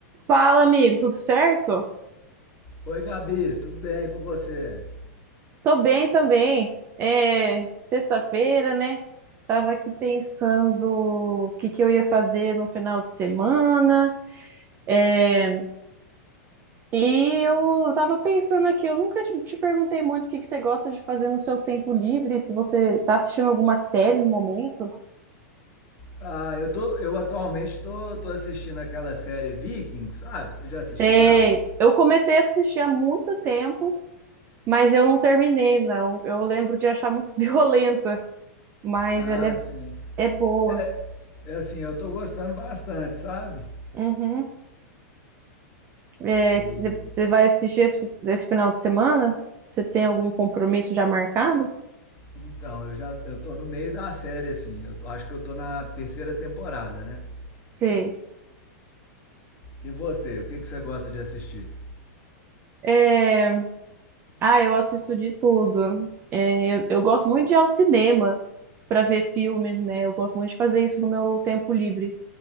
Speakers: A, on the right; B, on the left.
A: Fala, amigo, tudo certo?
B: Oi, Gabi, tudo bem com você?
A: Tô bem também. É sexta-feira, né? Tava aqui pensando o que que eu ia fazer no final de semana. É, e eu tava pensando aqui, eu nunca te, te perguntei muito o que que você gosta de fazer no seu tempo livre, se você tá assistindo alguma série no momento.
B: Ah, eu tô, eu atualmente tô, tô assistindo aquela série Vikings, sabe? Você já assistiu
A: Sei,
B: ela?
A: eu comecei a assistir há muito tempo, mas eu não terminei, não. Eu lembro de achar muito <laughs> violenta, mas
B: Ah,
A: ela é,
B: sim.
A: é boa.
B: É, é assim, eu tô gostando bastante, sabe?
A: Uhum. É,
B: E
A: você você vai assistir esse, esse final de semana? Você tem algum compromisso já marcado?
B: então, eu já eu tô no meio da série assim. Eu tô- acho que eu tô na terceira temporada, né?
A: Sei.
B: E você, o que que você gosta de assistir?
A: É, ah, eu assisto de tudo. É, eu, eu gosto muito de ir ao cinema para ver filmes, né? Eu gosto muito de fazer isso no meu tempo livre.